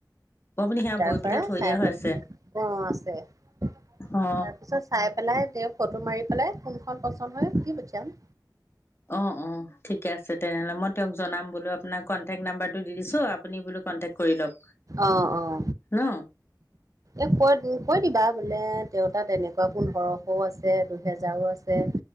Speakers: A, on the left; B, on the right.
A: আপুনি সেয়া
B: তাৰ
A: বৈ পেলাই
B: পৰা
A: থৈ
B: চাই
A: দিয়া হৈ
B: <unintelligible>
A: আছে
B: অ আছে তাৰপিছত
A: অ
B: চাই পেলাই তেওঁ ফটো মাৰি পেলাই কোনখন পচন্দ হয় দি পঠিয়াম
A: অ অ ঠিকে আছে তেনেহ'লে মই তেওঁক জনাম বোলো আপোনাৰ কন্টেক্ট নাম্বাৰটো দি দিছো আপুনি বোলো কণ্টেক্ট কৰি ল'ব
B: অ অ
A: অ
B: এ কৈ কৈ দিবা বোলে দেউতা তেনেকুৱা পোন্ধ ৰশও আছে দুহেজাৰো আছে